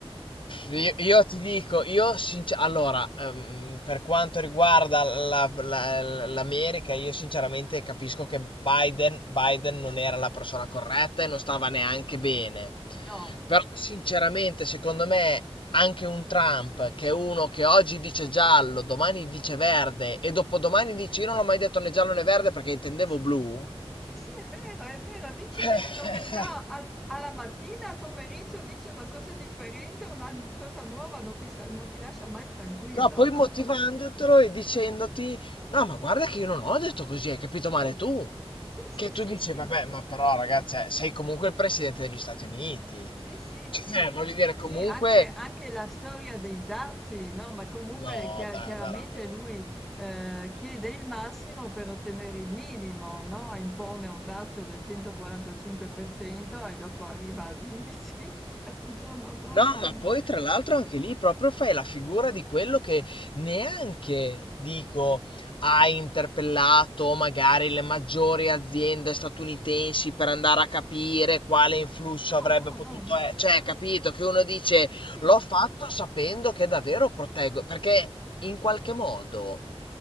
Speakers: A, on the left; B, in the centre.
A: Io, io ti dico, io sincer- allora, ehm, per quanto riguarda la- la- l'America, io sinceramente capisco che Biden, Biden non era la persona corretta e non stava neanche bene.
B: no,
A: Però sinceramente, secondo me, anche un Trump, che è uno che oggi dice giallo, domani dice verde e dopodomani dice io non l'ho mai detto né giallo né verde perché intendevo
B: Sì, sì.
A: blu.
B: Sì, sì, è vero, è vero, dice
A: <laughs>
B: delle novità al p- alla mattina, al pomeriggio dice una cosa differente, una n- cosa nuova, non ti, sa- non ti lascia mai tranquillo,
A: No, poi
B: no?
A: motivandotelo
B: <laughs>
A: e dicendoti: No, ma guarda che io non ho detto così, hai capito
B: Sì,
A: male tu.
B: sì,
A: Che tu
B: sì, sì,
A: dici,
B: sì.
A: vabbè, ma però, ragazzi, eh, sei comunque il presidente degli Stati Uniti.
B: Sì, sì,
A: Cioè,
B: sì.
A: voglio dire,
B: Sì,
A: comunque.
B: anche, anche la storia dei dazi, no? Ma comunque
A: No,
B: chia-
A: dai,
B: chiaramente
A: veramente.
B: lui eh, chiede il massimo per ottenere il minimo, no? Impone un dazio del 145% e dopo arriva al 25% <laughs> il giorno dopo,
A: No, ma
B: no?
A: poi tra l'altro anche lì proprio fai la figura di quello che neanche, dico, ha interpellato magari le maggiori aziende statunitensi per andare a capire quale influsso
B: No,
A: avrebbe
B: no,
A: potuto
B: no, no.
A: essere. Cioè, capito che uno dice
B: Sì, sì.
A: l'ho fatto sapendo che davvero proteggo, perché in qualche modo